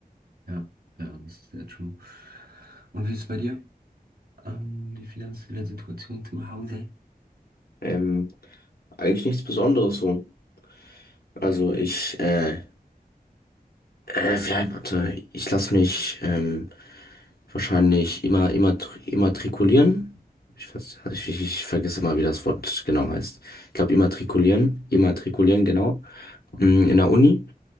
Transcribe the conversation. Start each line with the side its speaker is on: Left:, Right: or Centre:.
Right: Ja, ja, das ist sehr true. Und wie ist es bei dir? Ähm, die finanzielle Situation zu Hause?
Left: Ähm, eigentlich nichts Besonderes so. Also ich äh, Äh, ja, warte, ich lasse mich ähm, wahrscheinlich immer, immer, immatrikulieren. Ich, weiß- ich, ich, ich vergesse mal, wie das Wort genau heißt. Ich glaube, immatrikulieren, immatrikulieren, genau, Mm, in der Uni.